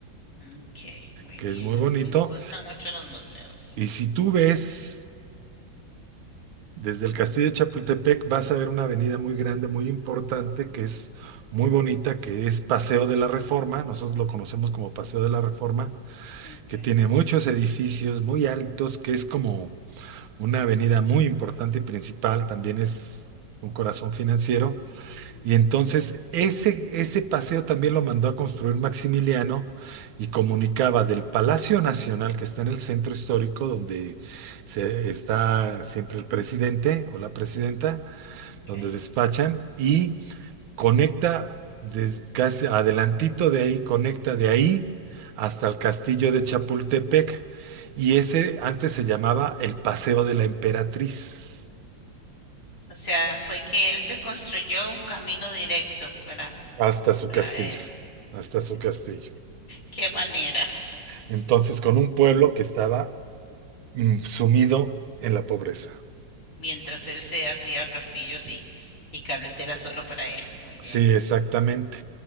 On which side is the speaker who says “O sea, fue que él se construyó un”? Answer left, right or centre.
Left